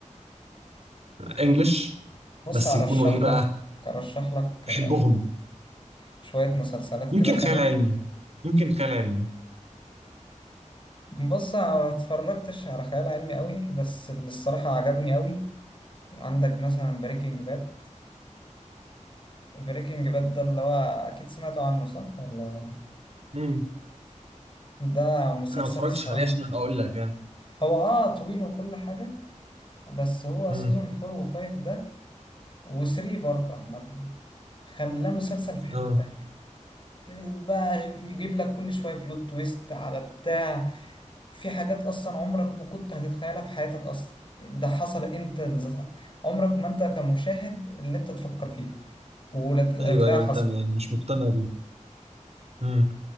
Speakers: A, on the right (about 55°); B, on the left (about 40°).
A: انجلش
B: بص
A: بس
B: أرشح
A: يكونوا ايه بقى
B: لك أرشح لك
A: بحبهم
B: شوية مسلسلات
A: يمكن
B: كده حلوة
A: خيال علمي يمكن خيال علمي
B: بص أنا ما اتفرجتش على خيال علمي قوي بس اللي الصراحة عجبني قوي عندك مثلا بريكنج باد بريكنج باد ده اللي هو أكيد سمعتوا عنه صح ولا
A: امم
B: ده مسلسل
A: انا ما اتفرجتش
B: الصراحة
A: عليه عشان اقول لك يعني
B: هو اه طويل وكل حاجة بس هو
A: امم
B: سيزون 4 و5 ده و3 برضه عامة خلاه مسلسل في حتة
A: اه
B: تانية بقى يجيب لك كل شوية بلوت تويست على بتاع في حاجات أصلا عمرك ما كنت هتتخيلها في حياتك أصلا ده حصل أنت ذات- عمرك ما أنت كمشاهد اللي أنت تفكر فيها وتلاقيها
A: ايوه ايوه
B: حصل
A: انت يعني مش مقتنع بيه امم